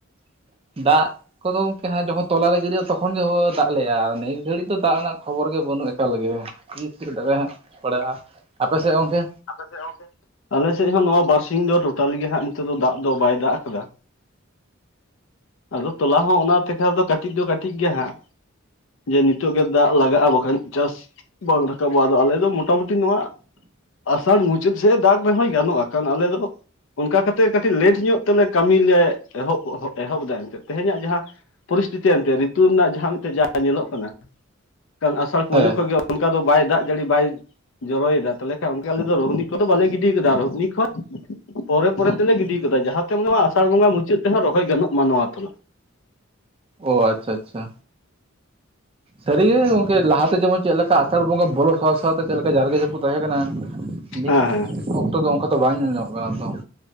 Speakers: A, on the right; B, on the left.
A: <inaudible> ᱫᱟᱜ ᱠᱚᱫᱚ ᱜᱚᱝᱠᱮ ᱦᱟᱱᱮ ᱡᱚᱠᱷᱚᱱ ᱛᱚᱞᱟ ᱞᱮ ᱜᱤᱲᱤ ᱞᱟᱜᱼᱟ ᱛᱚᱠᱷᱚᱱ ᱜᱮ ᱦᱳ ᱫᱟᱜ ᱞᱮᱜᱼᱟ, ᱱᱤᱛ ᱜᱷᱟᱹᱲᱤᱡ ᱫᱚ ᱫᱟᱜ ᱨᱮᱱᱟᱜ ᱠᱷᱚᱵᱚᱨ ᱜᱮ ᱵᱟᱹᱱᱩᱜ ᱮᱠᱟᱞ ᱜᱮ ᱾ <inaudible> ᱟᱯᱮ ᱥᱮᱫ ᱜᱚᱝᱠᱮ?
B: ᱟᱯᱮᱥᱮᱫ ᱜᱚᱢᱠᱮ? ᱟᱞᱮ ᱥᱮᱫ ᱦᱚᱸ ᱱᱚᱣᱟ ᱵᱟᱨᱥᱤᱧ ᱫᱚ ᱴᱳᱴᱟᱞᱤ ᱜᱮ ᱦᱟᱸᱜ ᱱᱤᱛᱚᱜ ᱫᱚ ᱫᱟᱜ ᱫᱚ ᱵᱟᱭ ᱫᱟᱜ ᱟᱠᱟᱫᱟ᱾ ᱟᱫᱚ ᱛᱚᱞᱟ ᱦᱚᱸ ᱚᱱᱟ ᱛᱮᱠᱷᱟ ᱫᱚ ᱠᱟᱹᱴᱤᱡ ᱫᱚ ᱠᱟᱹᱴᱤᱡ ᱜᱮ ᱦᱟᱸᱜ ᱾ ᱡᱮ ᱱᱤᱛᱚᱜ ᱜᱮ ᱫᱟᱜ ᱞᱟᱜᱟᱜ-ᱟ ᱵᱟᱠᱷᱟᱱ ᱪᱟᱥ ᱵᱟᱝ ᱨᱟᱠᱟᱵᱚᱜᱼᱟ ᱟᱫᱚ ᱟᱞᱮ ᱫᱚ ᱢᱚᱴᱟᱢᱩᱴᱤ ᱱᱚᱣᱟ ᱟᱥᱟᱲ ᱢᱩᱪ ᱪᱮᱫ ᱥᱮ ᱫᱟᱜ ᱨᱮᱦᱚᱸᱭ ᱜᱟᱱᱚᱜ-ᱟ ᱟᱞᱮ ᱫᱚ ᱚᱱᱠᱟ ᱠᱟᱛᱮᱜ ᱠᱟᱹᱴᱤᱡ ᱞᱮᱴ ᱧᱚᱜ ᱛᱮᱞᱮ ᱠᱟᱹᱢᱤ ᱞᱮ ᱮᱦᱚᱵ ᱮᱦᱚᱵ ᱮᱫᱟ ᱮᱱᱛᱮᱫ ᱛᱮᱦᱮᱧᱟᱜ ᱡᱟᱦᱟᱸ ᱯᱚᱨᱤᱥᱛᱷᱤᱛᱤ ᱮᱱᱛᱮᱫ ᱨᱤᱛᱩ ᱨᱮᱱᱟᱜ ᱡᱟᱦᱟᱸ ᱢᱤᱫᱴᱮᱱ ᱡᱟ ᱧᱮᱞᱚᱜ ᱠᱟᱱᱟ ᱠᱷᱟᱱ ᱟᱥᱟᱲ ᱯᱳᱭᱞᱳ
A: ᱦᱮᱸ
B: ᱠᱷᱚᱱ ᱜᱮ ᱚᱱᱠᱟ ᱫᱚ ᱵᱟᱭ ᱫᱟᱜ ᱡᱟᱹᱲᱤ ᱵᱟᱭ ᱡᱚᱨᱚᱭᱮᱫᱟ ᱛᱟᱦᱚᱞᱮ ᱠᱷᱟᱱ ᱚᱱᱠᱟ ᱟᱞᱮ ᱫᱚ ᱨᱳᱦᱱᱤ ᱠᱚᱫᱚ ᱵᱟᱞᱮ ᱜᱤᱰᱤ ᱠᱟᱫᱟ ᱨᱩᱦᱱᱤ ᱠᱷᱚᱡ ᱯᱚᱨᱮ ᱯᱚᱨᱮ ᱛᱮᱞᱮ ᱜᱤᱰᱤ ᱠᱟᱫᱟ ᱡᱟᱦᱟᱸᱛᱮ ᱟᱥᱟᱲ ᱵᱚᱸᱜᱟ ᱢᱩᱪᱟᱹᱫ ᱛᱮᱦᱚᱸ ᱨᱚᱦᱚᱭ ᱜᱟᱱᱚᱜ ᱢᱟ ᱱᱚᱣᱟ ᱛᱚᱞᱟ
A: ᱳ ᱟᱪᱪᱷᱟ ᱟᱪᱪᱷᱟ ᱥᱟᱹᱨᱤᱜᱮ ᱜᱚᱝᱠᱮ ᱞᱟᱦᱟᱛᱮ ᱡᱮᱢᱚᱱ ᱪᱮᱫ ᱞᱮᱠᱟ ᱟᱥᱟᱲ ᱵᱚᱸᱜᱟ ᱵᱚᱞᱚ ᱥᱟᱶ ᱥᱟᱶᱛᱮ ᱪᱮᱫ ᱞᱮᱠᱟ ᱡᱟᱨᱜᱮ ᱡᱟᱹᱯᱩ ᱛᱟᱦᱮᱸ ᱠᱟᱱᱟ᱾ ᱱᱤᱠ
B: ᱦᱮᱸ ᱦᱮᱸ
A: ᱚᱠᱛᱚ ᱫᱚ ᱚᱝᱠᱟ ᱫᱚ ᱵᱟᱝ ᱧᱮᱞ ᱧᱟᱢᱚᱜ ᱠᱟᱱᱟ ᱛᱚ ᱾